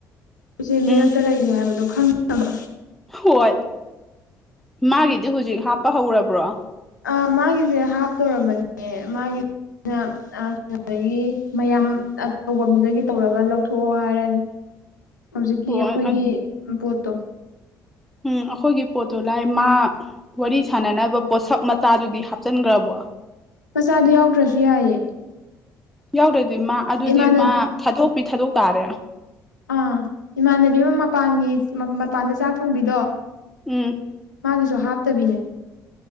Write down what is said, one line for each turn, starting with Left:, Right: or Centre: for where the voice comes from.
Left: ꯑꯩꯁꯦ ꯃꯤꯔꯛꯇ
Centre: ꯎꯝ
Left: ꯂꯩꯔꯤ ꯍꯥꯏꯕꯗꯣ ꯈꯪꯅꯕ
Centre: ꯍꯣꯏ ꯃꯥꯒꯤꯗꯤ ꯍꯧꯖꯤꯛ ꯍꯥꯞꯄ ꯍꯧꯔꯕ꯭ꯔꯣ
Left: ꯑ ꯃꯥꯒꯤꯁꯦ ꯍꯥꯞ ꯇꯧꯔꯝꯕꯅꯦ ꯃꯥꯒꯤ <inaudible> ꯗꯒꯤ ꯃꯌꯥꯝ ꯑꯠꯇꯧꯕꯝꯗꯨꯗꯒꯤ ꯇꯧꯔꯒ ꯂꯧꯊꯣꯛꯑꯣ ꯍꯥꯏꯔꯅꯤ
Centre: <inaudible>
Left: ꯍꯧꯖꯤꯛꯀꯤ
Centre: ꯍꯣꯏ
Left: ꯑꯩꯈꯣꯏꯒꯤ ꯕ‌ꯣꯠꯇꯣ
Centre: ꯎꯝ ꯑꯩꯈꯣꯏꯒꯤ ꯄꯣꯠꯇꯨ ꯂꯥꯏ ꯃꯥ ꯋꯥꯔꯤ ꯁꯥꯅꯥꯅꯕ ꯄꯣꯠꯁꯛ ꯃꯆꯥꯗꯨꯗꯤ ꯍꯥꯞꯆꯤꯟꯒ꯭ꯔꯕꯣ
Left: ꯃꯆꯥꯗꯣ ꯌꯥꯎꯗ꯭ꯔꯁꯨ ꯌꯥꯏꯌ‌ꯦ
Centre: ꯌꯥꯎꯗ꯭ꯔꯗꯤ ꯃꯥ ꯑꯗꯨꯗꯤ
Left: ꯏꯃꯥꯟꯅ
Centre: ꯃꯥ ꯊꯥꯗꯣꯛꯄꯤ ꯊꯥꯗꯣꯛ ꯇꯥꯔꯦ
Left: ꯑꯥ ꯏꯃꯥꯟꯅꯕꯤ ꯑꯃ ꯃꯄꯥꯟꯒꯤ ꯃꯄꯥꯟꯗ ꯆꯥꯛ ꯊꯣꯡꯕꯤꯗꯣ
Centre: ꯎꯝ
Left: ꯃꯥꯒꯤꯁꯨ ꯍꯥꯞꯇꯕꯤꯅꯦ